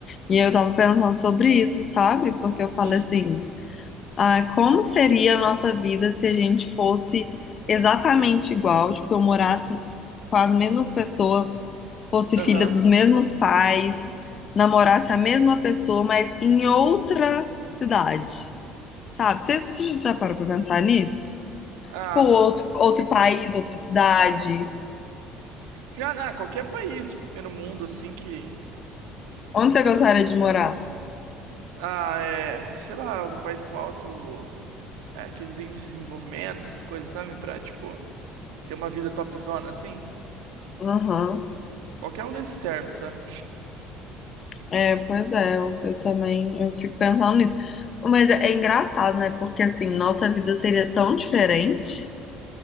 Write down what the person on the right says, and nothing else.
Hum.
Aham.
Ah,
Já, né, qualquer país de primeiro mundo, assim, que...
Ah, é... Sei lá, um país com alto... é, aqueles índices de desenvolvimento, essas coisas, sabe? Pra, tipo, ter uma vida topzona, assim.
Qualquer um desses serve, sabe?